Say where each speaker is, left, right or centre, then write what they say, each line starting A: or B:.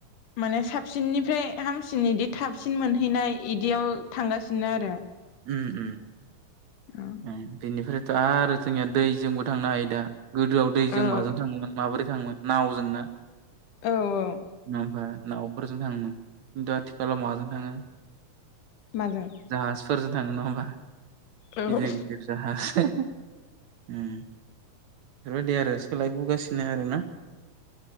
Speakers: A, on the left; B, on the right.
A: माने साबसिननि फ्राय हामसिन इदि थाबसिन मोनहैनाय इदियाव थांगासिनो आरो।
B: उम
A: औ
B: उम बेनिफ्रायथ' आरो जोंनिया दैजोंबो थांनो हायो दा। गोदोआव दैजों
A: औ
B: माजों थाङोमोन माबोरै थाङोमोन नावजों ना
A: औ औ
B: माबा नावफोरजों थाङोमोन खिन्थु आथिखालाव माजों थाङो
A: माजों?
B: जाहाजफोरजों थाङो नङा होमबा
A: औ
B: गिदिर-गिदिर जाहाज उम बेफोरबायदि आरो सोलायबुगासिनो आरोना।